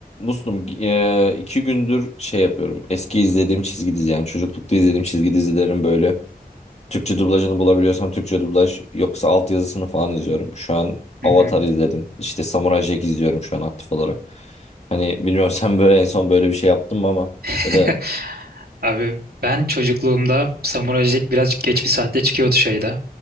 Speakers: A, on the left; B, on the right.
A: Dostum e, iki gündür şey yapıyorum. Eski izlediğim çizgi dizi yani çocuklukta izlediğim çizgi dizilerin böyle Türkçe dublajını bulabiliyorsam Türkçe dublaj yoksa altyazısını falan izliyorum. Şu an Avatar
B: Hı hı.
A: izledim. İşte Samurai Jack izliyorum şu an aktif olarak. Hani bilmiyorum <laughs> sen böyle en son böyle bir şey yaptın mı ama
B: <laughs>
A: ya da
B: Abi ben çocukluğumda Samurai Jack birazcık geç bir saatte çıkıyordu şeyde.